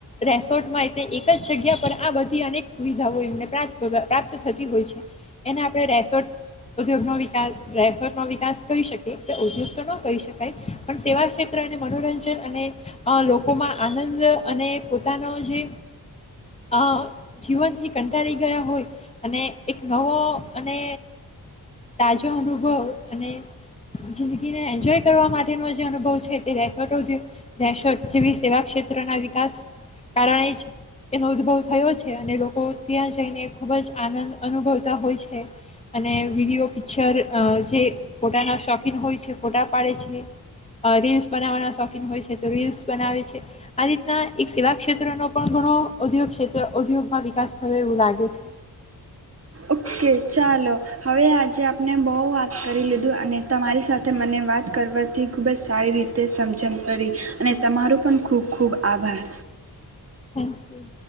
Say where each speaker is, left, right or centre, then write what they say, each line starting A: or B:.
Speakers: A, on the left (about 15°); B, on the right (about 40°).
A: રેસોર્ટમાં એટલે એક જ જગ્યા પર આ બધી અનેક સુવિધાઓ એમને પ્રાપ્ત થતી હોય છે એને આપણે રેસોર્ટ ઉદ્યોગનો વિકાસ રેસોર્ટ ન વિકાસ કહી શકીએ ઉદ્યોગ તો ન કહી શકાય પણ સેવા ક્ષેત્ર અને મનોરંજન અને લોકોમાં આનંદ અને પોતાનો જે અ જીવનથી કંટાળી ગયા હોય. અને એક નવો અને તાજો અનુભવ અને જિંદગીને એન્જોય કરવા માટેનો જે અનુભવ છે તે રેસટ રેસોટ જેવી સેવા ક્ષેત્રના વિકાસ કારણે જ એનો ઉદુભવ થયો છે અને લોકો ત્યાં જઈને ખૂબ જ આનંદ અનુભવતા હોય છે અને વિડીયો પિક્ચર અ જે ફોટાના શોખીન હોય છે, ફોટા પાડે છે, અ રીલ્સ બનાવવાના શોખીન હોય છે, તો રીલ્સ બનાવે છે, આ રીતના એક સેવા ક્ષેત્રનો પણ ઘણો ઉધ્યોગ ક્ષેત્ર ઉદ્યોગમાં વિકાસ થયો એવું લાગે છે.
B: ઓકે ચાલો હવે આજે આપણે બહુ વાત કરી લીધું અને તમારી સાથે મને વાત કરવાથી ખૂબ જ સારી રીતે સમજણ પડી અને તમારો પણ ખૂબ ખૂબ આભાર.
A: Thank you.